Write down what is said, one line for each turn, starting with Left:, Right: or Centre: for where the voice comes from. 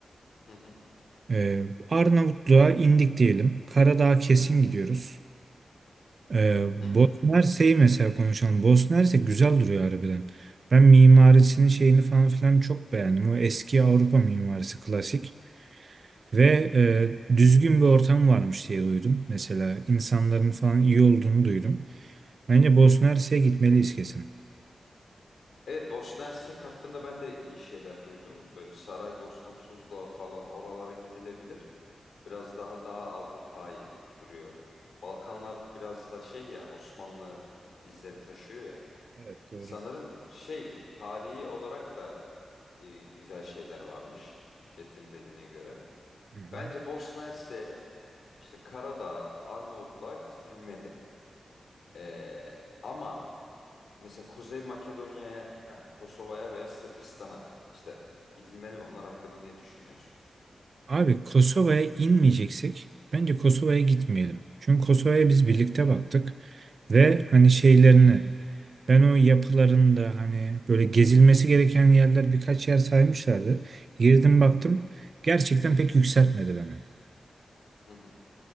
Left: Hı hı.
Right: Ee, Arnavutluğa indik diyelim. Karadağ'a kesin gidiyoruz. Ee, Bosna
Left: Hı hı.
Right: Hersek'i mesela konuşalım. Bosna Hersek güzel duruyor harbiden. Ben mimarisinin şeyini falan filan çok beğendim. O eski Avrupa mimarisi klasik. Ve e, düzgün bir ortam varmış diye duydum. Mesela insanların falan iyi olduğunu duydum. Bence Bosna Hersek'e gitmeliyiz kesin.
Left: Evet Bosna Hersek hakkında ben de iyi şeyler duydum. Böyle Saraybosna, Tuzla falan oralara gidilebilir. Biraz daha daha Avrupa'yı duruyor. Balkanlar biraz da şey ya Osmanlı izleri taşıyor ya.
Right: Evet doğru.
Left: Sanırım şey tarihi olarak da e, güzel şeyler varmış. Çetin dediğine göre.
Right: Hı hı.
Left: Bence Bosna Hersek'e işte Karadağ, Arnavutluğa gidilmeli. Ee, ama Mesela Kuzey Makedonya'ya, Kosova'ya veya Sırbistan'a işte gidilmeli mi? Onlar hakkında ne düşünüyorsun?
Right: Abi Kosova'ya inmeyeceksek bence Kosova'ya gitmeyelim. Çünkü Kosova'ya biz birlikte baktık ve hani şeylerini ben o yapılarında hani böyle gezilmesi gereken yerler birkaç yer saymışlardı. Girdim baktım gerçekten pek yükseltmedi beni.
Left: Hı hı.